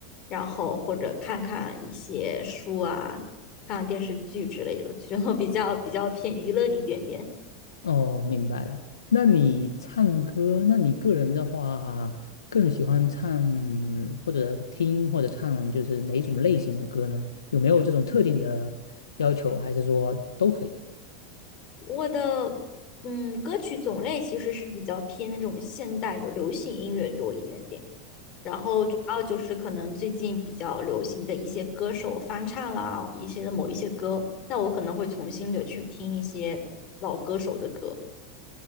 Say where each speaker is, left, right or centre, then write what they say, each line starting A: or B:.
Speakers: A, on the left; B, on the left.
A: 然后或者看看一些书啊，看看电视剧之类的，就比较比较偏娱乐一点点。
B: 哦，明白了。那你唱歌，那你个人的话，更喜欢唱或者听或者唱，就是哪一种类型的歌呢？有没有这种特定的要求，还是说都可以？
A: 我的嗯，歌曲种类其实是比较偏那种现代的流行音乐多一点点，然后主要就是可能最近比较流行的一些歌手翻唱啦，一些的某一些歌，那我可能会重新的去听一些老歌手的歌。